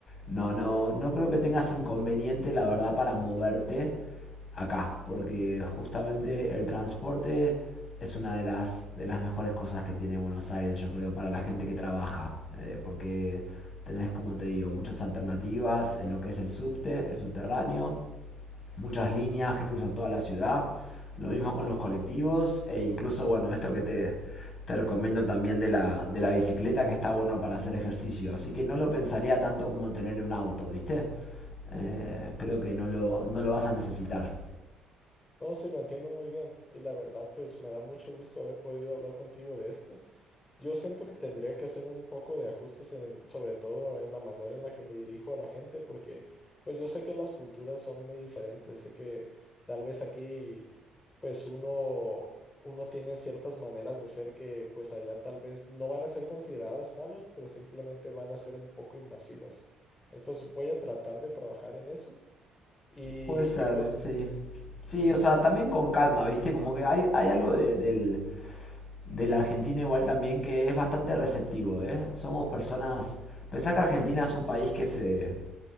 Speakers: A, on the left (about 40°); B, on the left (about 25°).
A: no, no, no creo que tengas inconveniente, la verdad, para moverte acá. Porque justamente el transporte es una de las, de las mejores cosas que tiene Buenos Aires, yo creo, para la gente que trabaja. eh, porque tenés, como te digo, muchas alternativas en lo que es el subte, el subterráneo muchas líneas que cruzan toda la ciudad. Lo mismo con los colectivos e incluso, bueno, esto que te, te recomiendo también de la, de la bicicleta que está bueno para hacer ejercicio. Así que no lo pensaría tanto como tener un auto, ¿viste? Eh, creo que no lo,
B: Ajá.
A: no lo vas a necesitar.
B: No, sí, lo entiendo muy bien y la verdad, pues me da mucho gusto haber podido hablar contigo de esto. Yo siento que tendría que hacer un poco de ajustes en, sobre todo en la manera en la que me dirijo a la gente, porque pues yo sé que las culturas son muy diferentes, sé que tal vez aquí pues uno uno tiene ciertas maneras de ser que pues allá tal vez no van a ser consideradas malas, pero simplemente van a ser un poco invasivas. Entonces voy a tratar de trabajar en eso y,
A: Puede ser,
B: y pues
A: sí. Sí,
B: ujú,
A: o sea, también con calma, ¿viste? Como que hay, hay algo de- del, del argentino igual también que es bastante receptivo, ¿eh? Somos personas... Pensá que Argentina es un país que se